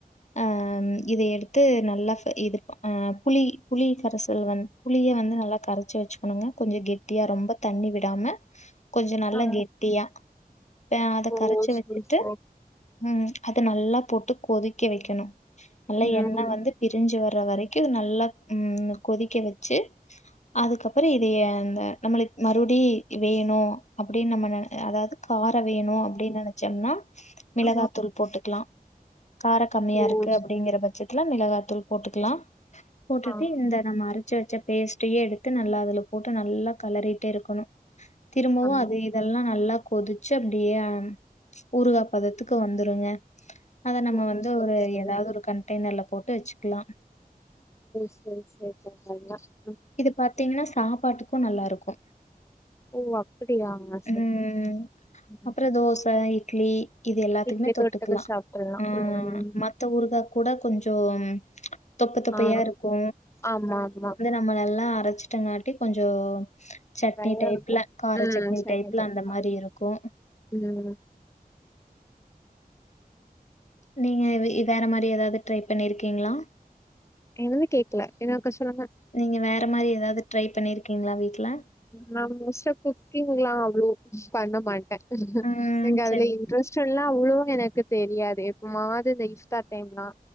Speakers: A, on the left; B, on the left.
A: ஆ இத எடுத்து நல்லா இது ஆ புளி புளி ணகரசல்வந் புளிய வந்து நல்லா கரச்சு வச்சுக்கணுங்க கொஞ்ச கெட்டியா ரொம்ப தண்ணி விடாம கொஞ்ச நல்லா
B: ஆ
A: கெட்டியா ப்ப அத
B: ஓ
A: கரச்சு வச்சிட்டு
B: சரி சரி
A: ம் அத நல்லா போட்டு கொதிக்க வைக்கணு நல்லா
B: ம்
A: எண்ணெய் வந்து பிரிஞ்சி வர்ற வரைக்கு நல்லா ம் கொதிக்க வச்சி அதுக்கப்பற இதயே இந்த நம்மளு மறுடி வேணு அப்பிடின் நம்ம ந அதாவது கார் ப்ப வேணு அப்பிடின் நெனச்சம்னா மிளகாத்தூள்
B: ஆ
A: போட்டுக்கலா கார கம்மியா
B: ஓ
A: இருக்கு அப்டிங்கற
B: சரி
A: பட்ச் சத்துல மிளகாத்தூள் போட்டுக்கலா போட்டுட்டு
B: ஆ
A: இந்த நம்ம அரச்சி வச்ச பேஸ்டே எடுத்து நல்லா அதுல போட்டு நல்லா கலறிட்டே இருக்கணு திரும்பவு
B: ஆ
A: அது இதெல்லா இதெல்லா நல்லா கொதிச்சு அப்பிடியே ஹ ஊருகா பதத்துக்கு வந்துருங்க அத நம்ம
B: ஓ
A: வந்து
B: சரி
A: ஒரு
B: சரி
A: ஏதாவது ஒரு கண்டெய்னர்ல போட்டு வச்சுக்கலா
B: சேரி சேரி சேரி <unintelligible>
A: இது பாத்தீங்னா சாப்பாட்டுக்கு நல்லா இருக்கு
B: ஓ அப்டியா சரி
A: ம்
B: சரி ம்.
A: அப்புற தோச இட்லி இது எல்லாத்துக்குமே
B: வீட்லயே
A: தொட்டுக்கலா
B: தொட்டுக்க சாப்ட்றலா
A: ஆ
B: ம்
A: மத்த ஊருக்கா கூட கொஞ்சோம் தொப்ப தொப்பையா
B: ஆ
A: இருக்கு
B: ஆமா ஆமா
A: நம்மள எல்லா அரச்சிட்டங்காட்டி கொஞ்சோ சட்னி
B: நெறையா
A: டைப்ல
B: இருக்கு
A: கார
B: ம்
A: சட்னி
B: செகண்ட்
A: டைப்ல
B: டைம்
A: அந்த
B: தா
A: மாரி இருக்கு
B: ம்
A: நீங்க வேற மாரி ஏதாவது ட்ரை பண்ணிருக்கீங்களா
B: என்னது கேக்கல இன்னொருக்க சொல்லுங்க
A: நீங்க வேற மாரி எதாவது ட்ரை பண்ணிருக்கீங்களா வீட்ல
B: நா மோஸ்டா குக்கிங்லா அவ்ளோ பண்ண மாட்ட
A: ம்
B: எங்க அதுல
A: சரி
B: இன் டரஸ்டெல்லா அவ்ளோ எனக்கு தெரியாது எப்ப மாவது இந்த இன்ஸ்டாக் டைம்லா